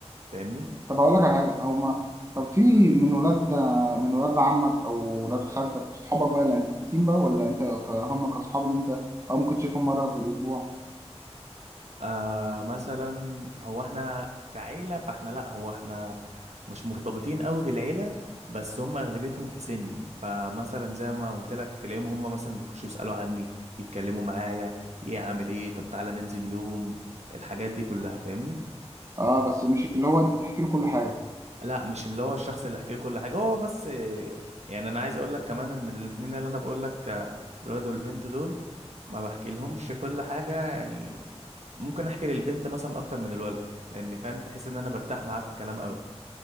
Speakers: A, on the right; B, on the right.
A: فاهمني
B: طب هقول لك على حاجه او ما طب في من ولاد من ولاد عمك او ولاد خالتك صحابك بقى الانتيم بقى ولا انت ك- هم كصحاب اللي انت اه ممكن تشوفهم مره في الاسبوع
A: آه مثلا هو احنا كعيلة فاحنا لا هو احنا مش مرتبطين قوي بالعيلة بس هم اغلبيتهم في سني فمثلا زي ما قلت لك تلاقيهم هم مثلا بيخشوا يسألوا عني يتكلموا معايا ايه عامل ايه طب تعالى ننزل يوم الحاجات دي كلها فاهمني
B: اه بس مش اللي هو انت تحكي له كل حاجه
A: لا مش اللي هو الشخص اللي احكي له كل حاجه هو بس يعني انا عايز اقول لك كمان ان الاتنين اللي انا بقول لك آه، الولد والبنت دول ما بحكي لهمش كل حاجه يعني ممكن احكي للبنت مثلا اكتر من الولد لان فاهم تحس ان انا برتاح معاها في الكلام قوي